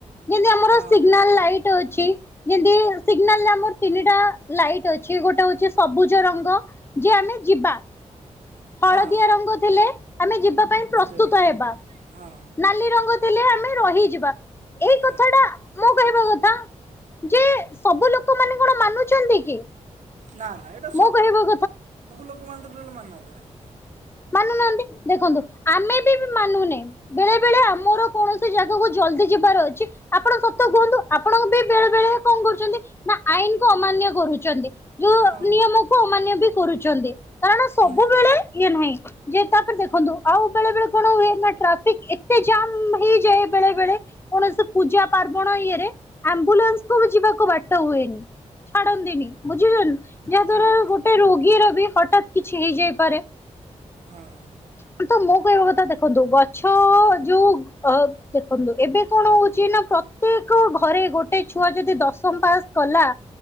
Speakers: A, on the left; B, on the right.
A: ଯେମିତି ଆମର
B: ହଁ
A: ସିଗ୍ନାଲ ଲାଇଟ୍ ଅଛି। ଯେମିତି ସିଗ୍ନାଲ ଆମର ତିନିଟା ଲାଇଟ ଅଛି ଗୋଟେ ହଉଚି ସବୁଜ ରଙ୍ଗ ଯେ ଆମେ ଯିବା। ହଳଦିଆ
B: ହଁ
A: ରଙ୍ଗ ଥିଲେ ଆମେ ଯିବା ପାଇଁ ପ୍ରସ୍ତୁତ
B: ଦେବା ହଁ
A: ହେବା।
B: ହଁ
A: ନାଲି ରଙ୍ଗ ଦେଲେ ଆମେ ରହିଯିବା। ଏଇ
B: ହଁ
A: କଥା ଟା ମୁଁ କହିବା କଥା ଯେ ସବୁ ଲୋକ ମାନେ କଣ ମାନୁଛନ୍ତି କି?
B: ନା ନା ଏଇଟା ସ
A: ମୁଁ
B: ସବୁ
A: କହିବା
B: ଲୋକ ମାନେ ଟୋଟାଲ ମାନୁନାହାନ୍ତି ଏଟା।
A: ମାନୁ ନାହାନ୍ତି, ଦେଖନ୍ତୁ ଆମେ ବି ବି ମାନୁନେ। ବେଳେ ବେଳେ ଆମର କୌଣସି ଜାଗାକୁ ଜଲଦି ଯିବାର ଅଛି ଆପଣ ସତ କୁହନ୍ତୁ ଆପଣଙ୍କ ବି ବେଳେ ବେଳେ କଣ କରୁଛନ୍ତି, ନା ଆଇନ୍ କୁୁ ଅମାନ୍ୟ କରୁଚନ୍ତି। ଯୋଉ
B: ହଁ
A: ନିୟମକୁ ଅମାନ୍ୟ ବି କରୁଛନ୍ତି। କାରଣ ସବୁବେଳେ
B: ହୁଁ।
A: ଇଏ ନୁହେଁ। ଯେ ତାପରେ ଦେଖନ୍ତୁ ଆଉ ବେଳେ ବେଳେ କଣ ହୁଏ ନା ଟ୍ରାଫିକ୍ ଏତେ ଜାମ୍ ହେଇଯାଏ ବେଳେ ବେଳେ କୌଣସି ପୂଜା ପାର୍ବଣ ଇଏରେ, ଆମ୍ବୁଲାନ୍ସ କୁ ବି ଯିବାକୁ ବାଟ ହୁଏନି। ଛାଡ଼ନ୍ତିିନି ବୁଝିଲନ୍, ଯାହା ଦ୍ବାରା
B: ଆଜ୍ଞା
A: ଗୋଟେ ରୋଗୀର ବି ହଠାତ୍ କି କିଛି ହେଇଯାଇପାରେ।
B: ହଁ।
A: ହଁ ତ ମୁଁ କହିବା କଥା ଦେଖନ୍ତୁ ଗଛ ଯୋଉ ଅ, ଦେଖନ୍ତୁ ଏବେ କଣ ହଉଛି ନା ପ୍ର ତେକ ଘରେ ଗୋଟେ ଛୁଆ ଯଦି ଦଶମ ପାସ୍ କଲା